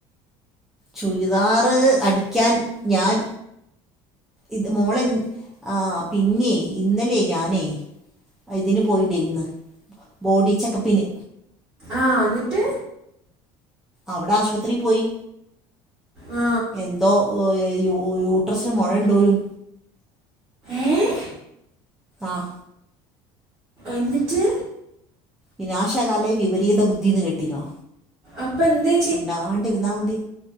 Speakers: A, in the centre; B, on the right.
A: ചുരിദാറ് അടിക്ക്യാൻ ഞാൻ ഇത് മോളൻ ആഹ് പിന്നെ ഇന്നലെ ഞാനേ ഇതിന് പോയിണ്ടിന്ന് ബോഡി ചെക്കപ്പിന്
B: ആഹ് ന്നിട്ട്
A: അവടെ ആസ്പത്രി പോയി
B: ആ
A: എന്തോ ഒയ് യു യൂട്രസിന് മൊഴെണ്ടോരും
B: ഏഹ്
A: ആഹ്
B: എന്നിട്ട്
A: വിനാശകാലേ വിപരീത ബുദ്ധിന്ന് കേട്ടിനൊ
B: അപ്പെന്തെ
A: മിണ്ടാണ്ടിരുന്ന മതി